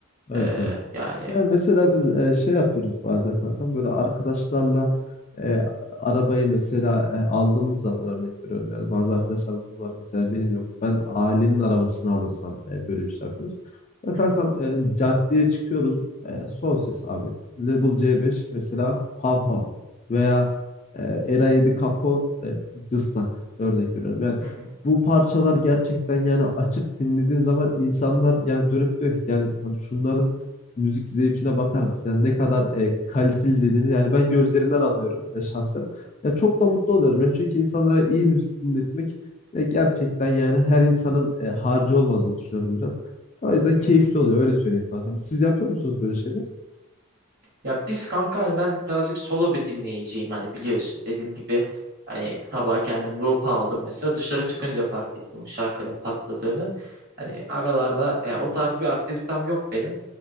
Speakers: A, on the left (about 35°); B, on the right (about 45°).
A: evet
B: Ee,
A: evet.
B: yani
A: Yani mesela biz e, şey yapıyoruz bazen kankam böyle arkadaşlarla e, arabayı mesela e, aldığımız zaman örnek veriyorum yani bazı arkadaşlarımız var mesela benim yok ben ailenin arabasını alırsam e, böyle bir şey yapıyoruz. Ya kankam
B: hı hı,
A: e, caddeye çıkıyoruz e, son ses abi Label C5 mesela hav hav veya e, Era 7 Capone e, cıstak örnek veriyorum yani
B: hı hı,
A: bu parçalar gerçekten yani açıp dinlediğin zaman insanlar yani dönüp diyor ki yani hani şunların müzik zevkine bakar mısın? Yani ne kadar e, kaliteli dediğini yani ben gözlerinden anlıyorum e, şahsen. Ya çok da mutlu oluyorum ya çünkü insanlara iyi müzik dinletmek e, gerçekten yani her insanın e, harcı olmadığını düşünüyorum biraz. O yüzden
B: hı
A: keyifli
B: hı.
A: oluyor öyle söyleyeyim kankam. Siz yapıyor musunuz böyle şeyler?
B: ya biz kanka hani ben birazcık solo bir dinleyiciyim hani biliyorsun dediğim gibi hani sabah kendim loop'a aldım mesela dışarı çıkınca fark ettim bu şarkının patladığını. Hani aralarda yani o tarz bir aktivitem yok benim.